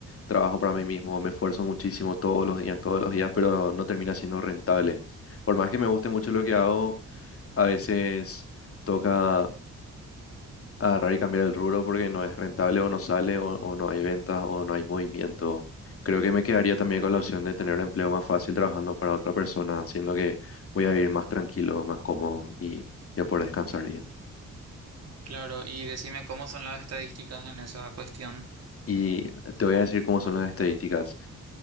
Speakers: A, on the left (about 50°); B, on the right (about 55°).
A: trabajo para mí mismo, me esfuerzo muchísimo todos los días, todos los días, pero no termina siendo rentable. Por más que me guste mucho lo que hago, a veces toca agarrar y cambiar el rubro porque no es rentable o no sale o, o no hay ventas o no hay movimiento. Creo que me quedaría también con la opción de tener un empleo más fácil trabajando para otra persona, siendo que voy a vivir más tranquilo, más cómodo y ya poder descansar bien.
B: Claro, y decime cómo son las estadísticas en esa cuestión.
A: Y te voy a decir cómo son las estadísticas.